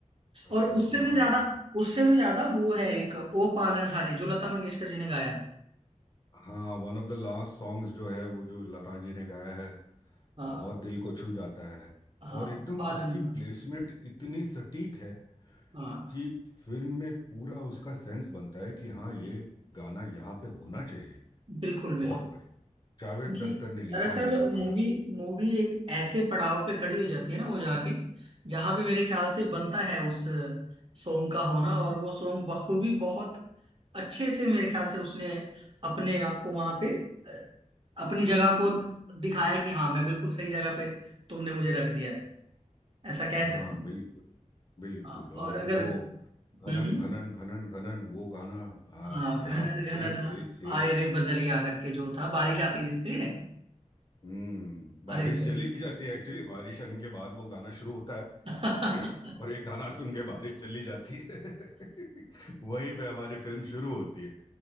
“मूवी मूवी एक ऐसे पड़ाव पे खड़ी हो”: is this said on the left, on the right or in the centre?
Right